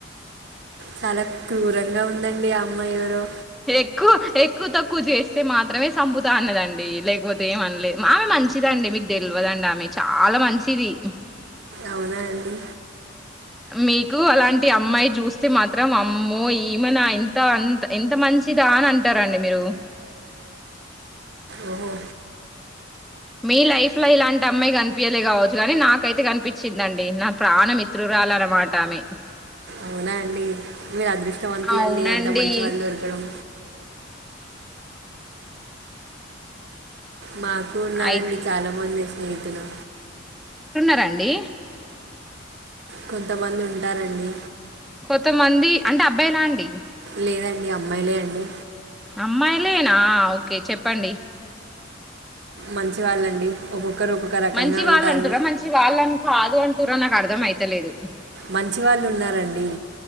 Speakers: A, on the right; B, in the centre.
A: చాలా క్రూరంగా ఉందండి ఆ అమ్మాయి ఎవరో
B: ఎక్కువ ఎక్కువ తక్కువ చేస్తే మాత్రమే సంపుతా అన్నదండి లేకపోతే ఏమన్లే ఆమె మంచిదండి మీకు తెల్వ దండి ఆమె చాలా మంచిది
A: అవునా అండి
B: మీకు అలాంటి అమ్మాయి చూస్తే మాత్రం అమ్మో ఈమెనా ఇంత అంత ఇంత మంచిదా అని అంటారండి మీరు
A: ఓహొ
B: మీ లైఫ్ లో ఇలాంటి అమ్మాయి కనిపి యలే కావచ్చు కాని నాకైతే కనిపించిందండి నా ప్రాణ మిత్రురాలు అన్నమాట ఆమె
A: అవునా అండి మీరు అదృష్టవంతులండి
B: అవునండి
A: అంత మంచి వాళ్ళు దొరకడం మాకు ఉన్నారంండి
B: అయి
A: చాలామంది స్నేహితులు
B: రండి
A: కొంతమంది ఉంటారండి
B: కొంతమంది అంటే అబ్బాయిలా అండి
A: లేదండి అమ్మాయిలే అండి
B: అమ్మాయిలేనా ఓకే చెప్పండి
A: మంచి వాళ్ళండి ఒక్కొక్క రకంగా
B: మంచి వాళ్ళుంటర
A: ఉంటారు
B: మంచి వాళ్ళన్ కాదు అంటార నాకు అర్థం అయితలేదు
A: మంచి వాళ్ళు ఉన్నారంండి